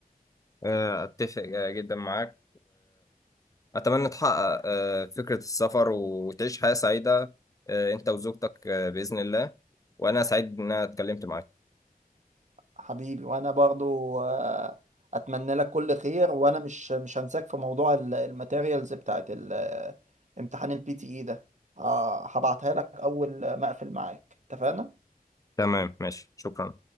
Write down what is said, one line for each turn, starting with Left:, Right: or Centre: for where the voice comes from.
Left: آه، أتفق آه، جدا معاك وأتمنى تحقق آه، فكرة السفر وتعيش حياة سعيدة آه، أنت وزوجتك آه، بإذن الله وأنا سعيد إن أنا اتكلمت معاك
Right: حبيبي وانا برضو آه، اتمنى لك كل خير وانا مش مش هنساك في موضوع ال- الماتيريالز بتاعت ال- آه، امتحان البي تي اي ده آه، هبعتها لك اول ما اقفل معاك اتفقنا
Left: تمام ماشي شكرا